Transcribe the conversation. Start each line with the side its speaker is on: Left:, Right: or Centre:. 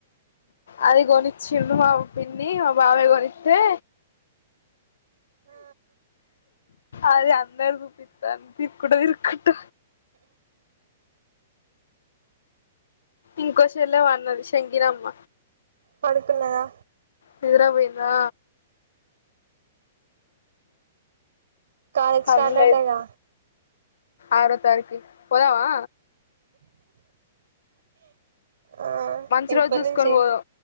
Left: అది కొనిచ్చిండు మా పిన్ని మా బాబాయ్ కొనిత్తె
Right: ఆ
Left: అది అందరికీ చూపుతాంది తిరుక్కుంట తిరుక్కుంట ఇంకో చెల్లె పన్నది షెంకినమ్మ
Right: పడుకున్నదా
Left: నిదరపోయిందా
Right: కాలేజ్
Left: పనిలేద్
Right: స్టార్ట్ అటగా
Left: ఆరో తారీక్కి పోదామా
Right: ఆ
Left: మంచి
Right: ఎప్పటి
Left: రోజు చూసుకొని
Right: నుంచి
Left: పోదం